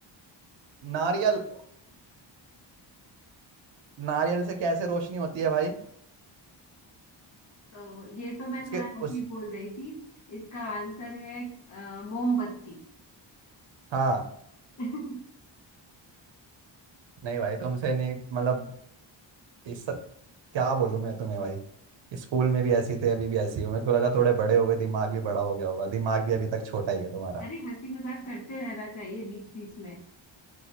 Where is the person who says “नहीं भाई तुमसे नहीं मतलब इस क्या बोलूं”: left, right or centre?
Right